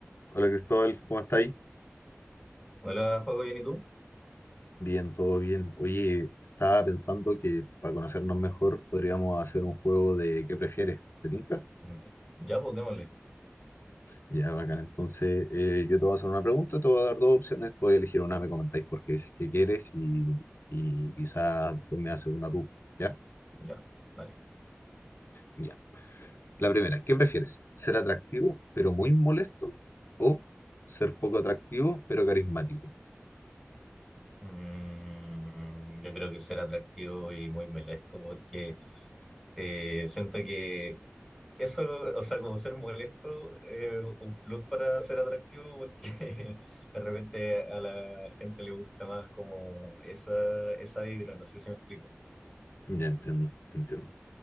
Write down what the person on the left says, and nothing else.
Hola Cristóbal, ¿cómo estáis?
Bien, todo bien. Oye, estaba pensando que para conocernos mejor podríamos hacer un juego de ¿qué prefieres? ¿Te tinca?
Ya, bacán. Entonces, eh, yo te voy a hacer una pregunta, te voy a dar dos opciones, puedes elegir una, me comentáis por qué dices que quieres y, y quizás después me haces una tú, ¿ya?
Ya. La primera, ¿qué prefieres? ¿Ser atractivo pero muy molesto o ser poco atractivo pero carismático?
Ya entiendo, entiendo.